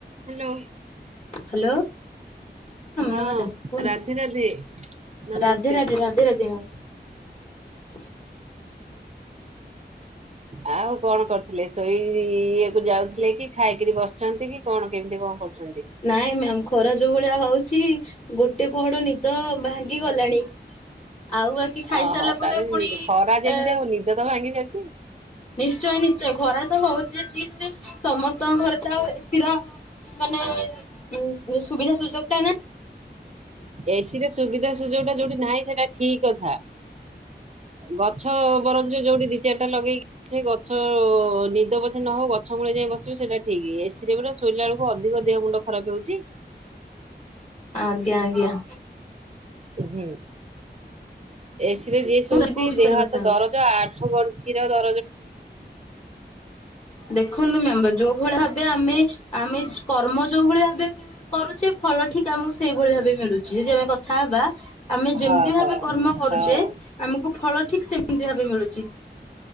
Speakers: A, on the right; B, on the left.
A: Hello.
B: Hello.
A: ହଁ
B: ନମସ୍କାର କୁହନ୍ତୁ
A: ରାଧେ ରାଧେ ନମସ୍କାର।
B: ରାଧେ ରାଧେ ରାଧେ ରାଧେ। <inaudible>
A: ଆଉ କଣ କରୁଥିଲେ ଶୋଇ ଇଏକୁ ଯାଉଥିଲେ କି ଖାଇକିରି ବସିଛନ୍ତି କି କଣ କେମିତି କଣ କରୁଛନ୍ତି।
B: ନାଇଁ ମ୍ୟାାମ ଖରା ଯୋଉ ଭଳିଆ ହଉଛି ଗୋଟେ ପହଡ ନିଦ ଭାଙ୍ଗିଗଲାଣି। ଆଉ ବାକି ଖାଇସାରିଲା
A: ଓହୋ
B: ପରେ
A: ତାହେଲେ
B: ପୁଣି
A: ଖରା ଯେମିତି
B: ଏ
A: ଆଉ ନିଦ ତ ଭାଙ୍ଗି ଯାଉଛି
B: ନିଶ୍ଚୟ ନିଶ୍ଚୟ ଖରା ତ ହଉଛି ଦିରେ ସମସ୍ତଙ୍କ ଘରେ ତ ଆଉ ସ୍ଥିର ମାନେ ହୁଁ। ସୁବିଧା ସୁଜଗ ଟା ନା
A: ଏସି ରେ ସୁବିଧା ସୁଯୋଗ ଟା ଯୋଉଠି ନାହିଁ ସେଟା ଠିକ କଥା ଗଛ ବରଞ୍ଚ ଯୋଉଠି ଦି ଚାରିଟା ଲଗେଇକିଛ ଗଛ ନିଦ ପଛେ ନହଉ ଗଛ ମୂଳେ ଯାଇ ବସିବେ ସେଇଟା ଠିକ। ଏସିରେ ବ ଶୋଇଲା ବେଳକୁ ଅଧିକ ଦେହ ମୁଣ୍ଡ ଖରାପ ହଉଛି।
B: ଆଜ୍ଞା ଆଜ୍ଞା।
A: ହୁଁ। ଏ ସି ରେ ଯିଏ ଶୁଉନ୍ତି
B: କୋଉ ବିଷୟରେ
A: ଦେହ ହାତ
B: କଥା ହବା?
A: ଦରଜ ଆଣ୍ଠୁ ଗଣ୍ଠିର ଦ
B: ଦେଖନ୍ତୁ ମ୍ୟାମ୍ ଯୋଉ ଭଳି ଭବେ ଆମେ ଆମେ କର୍ମ ଯୋଉ ଭଳିଆ ବେ ଆମେ କରୁଚେ ଫଳ ଠିକ ଆମୁକୁ ସେଇଭଳି ଭାବେ ମିଳୁଚି। ଯଦି ଆମେ କଥା ହବା ଆମେ
A: ହଁ
B: ଯେମତି
A: ହଁ
B: ଭାବେ କର୍ମ କରୁଚେ
A: ହଁ
B: ଆମୁକୁ ଫଳ ଠିକ ସେମିତି ଭା ମିଳୁଚି। ଚି